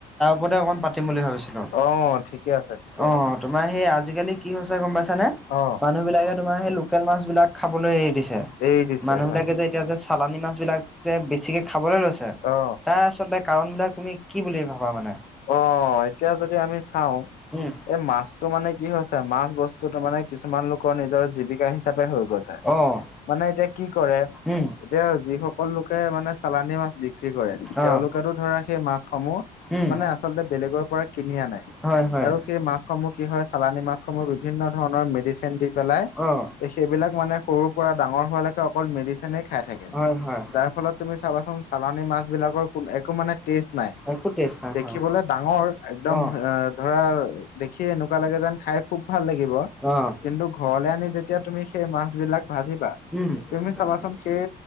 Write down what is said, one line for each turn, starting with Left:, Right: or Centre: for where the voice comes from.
Centre: পদে অকণ পাতিম বুলি ভাবিছিলো।
Left: অ ঠিকে আছে ঠিকে
Centre: অ-অ।
Left: আছে
Centre: তোমাৰ হেই আজি-কালি কি হৈছে গম পাইছানে?
Left: অ
Centre: মানুহ বিলাকে তোমাৰ হেই লোকেল মাছ বিলাক খাবলৈ এৰি দিছে।
Left: এৰি দিছে
Centre: মানুহ বিলাকে
Left: হয়
Centre: যে এতিয়া যে চালানী মাছবিলাক যে বেছিকে খাবলে লৈছে
Left: অ
Centre: তাৰ আচলতে কাৰণবিলাক তুমি কি বুলি ভাবা মানে?
Left: অ এতিয়া যদি আমি চাওঁ
Centre: উম,
Left: এই মাছটো মানে কি হৈছে, মাছ বস্তুটো মানে কিছুমান লোকৰ নিজৰ জীৱিকা হিচাপে হৈ গৈছে।
Centre: অ',
Left: মানে এতিয়া কি কৰে,
Centre: উম।
Left: এতিয়া যিসকল লোকে মানে চ চালানি মাছ বিক্ৰী কৰে।
Centre: অ',
Left: তেওঁলোকেতো ধৰা সেই মাছসমূহ
Centre: উম,
Left: মানে আচলতে বেলেগৰ পৰা কিনি আনে।
Centre: হয়, হয়,
Left: আৰু সেই মাছসমূহ কি হয় চালানী মাছসমূহ বিভিন্ন ধৰণৰ মেডিচেন দি পেলাই
Centre: অ',
Left: সেইবিলাক মানে সৰুৰ পৰা ডাঙৰ হোৱালেকে অকল মেডিচিনে খাই থাকে।
Centre: হয়, হয়,
Left: যাৰ ফলত তুমি চাবাচোন চালানী মাছ বিলাকৰ কোনো একো মানে টেষ্ট নাই
Centre: একো টেষ্ট নাই
Left: দেখিবলে
Centre: হয়।
Left: ডাঙৰ। একদম
Centre: অ',
Left: আ ধৰা দেখিয়ে এনেকুৱা লাগে যেন খাই খুব ভাল লাগিব।
Centre: অ',
Left: কিন্তু ঘৰলে আনি যেতিয়া তুমি সেই মাছ বিলাক ভাজিবা
Centre: উম। <unintelligible>
Left: তুমি চাবাচোন সেই